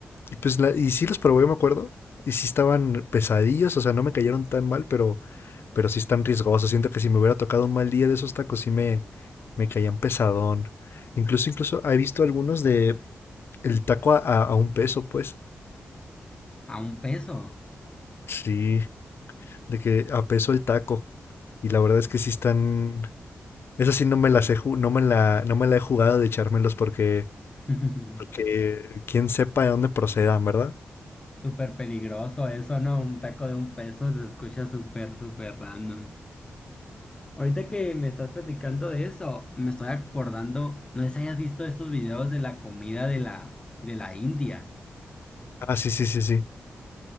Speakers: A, on the left (about 60°); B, on the left (about 20°).
A: y pues, la- y sí los probé, me acuerdo, y sí estaban pesadillos, o sea, no me cayeron tan mal, pero, pero sí están riesgosos. Siento que si me hubiera tocado un mal día de esos tacos, sí me, me caían pesadón. Incluso, incluso he visto algunos de el taco a, a, a un peso, pues.
B: A un peso.
A: sí de que a peso el taco. Y la verdad es que sí están. Esa sí no me las he ju- no me la, no me la he jugado de echármelos porque,
B: <laughs>
A: porque quién sepa de dónde procedan, ¿verdad?
B: Súper peligroso eso, ¿no? Un taco de un peso se escucha súper, súper random. Ahorita que me estás platicando de eso, me estoy acordando, no sé si hayas visto estos videos de la comida de la, de la India.
A: Ah, sí, sí, sí, sí.